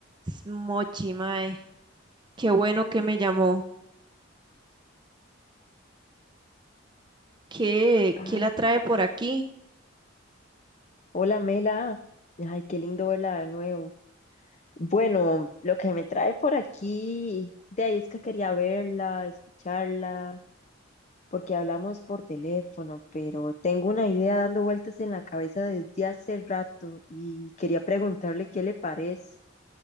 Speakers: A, on the right; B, on the left.
A: S- Mochi, mae, qué bueno que me llamó. ¿Qué,
B: Ay,
A: qué la trae por aquí?
B: hola Mela, ay, qué lindo verla de nuevo. Bueno, lo que me trae por aquí, de ahí es que quería verla, escucharla, porque hablamos por teléfono, pero tengo una idea dando vueltas en la cabeza desde hace rato y quería preguntarle qué le parece.